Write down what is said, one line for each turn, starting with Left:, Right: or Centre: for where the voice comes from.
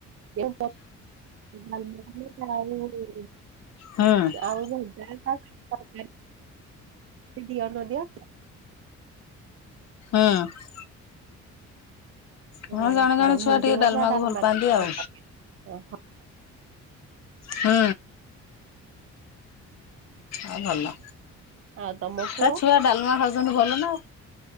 Right: ଦେହ ପା <unintelligible>
Left: ହୁଁ।
Right: ଆଉ <unintelligible> <unintelligible> ଦିଅ ନଦିଆ
Left: ହଁ।
Right: ହ
Left: ହଁ ଜଣେ ଜଣେ
Right: ତାର ଭେଣ୍ଡି
Left: ଛୁଆ ଟିକେ
Right: ଭଜା
Left: ଡାଲମାକୁ
Right: ଡାଲମା
Left: ଭଲ ପାଆନ୍ତି ଆଉ
Right: <unintelligible>
Left: ହୁଁ। ଆ ଭଲ
Right: ଆଉ ତମ ପୁଅ
Left: ତା ଛୁଆ ଡାଲମା ଖାଉ ଚନ୍ତି ଭଲ ନା ଆଉ